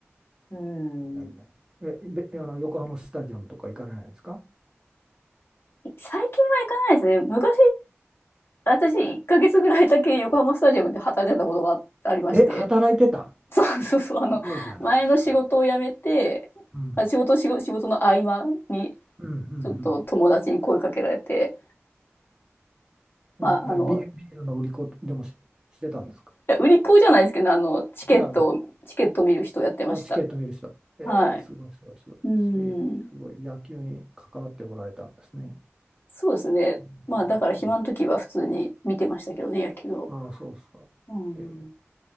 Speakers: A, on the left; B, on the right.
A: うん。
B: いやいや。え、べ、あの、横浜スタジアムとか行かれないですか
A: 最近は行かないですね。昔、私1ヶ月ぐらいだけ横浜スタジアムで働いてたことがありまして。
B: え、働いてた。
A: そうそうそう。あの、
B: すごいじゃないですか。
A: 前の仕事を辞めて、
B: うん。
A: まあ、仕事、仕事、仕事の合間に
B: うんうん
A: ちょっと友達に声かけられて、まああの、
B: うん。なビールビールの売り子でもし、してたんですか
A: いや売り子じゃないですけど、あの、チケットを、
B: 違う。
A: チケットを見る人をやってました。
B: あ、チケット見る人。えー、
A: はい。
B: すごい、すごい、すごい。
A: うん。
B: しすごい、野球に関わっておられたんですね。
A: そうですね。
B: えーそう。
A: まあ、だから暇の時は普通に見てましたけどね、野球を。
B: ああ、そうですか。
A: うん。
B: えー、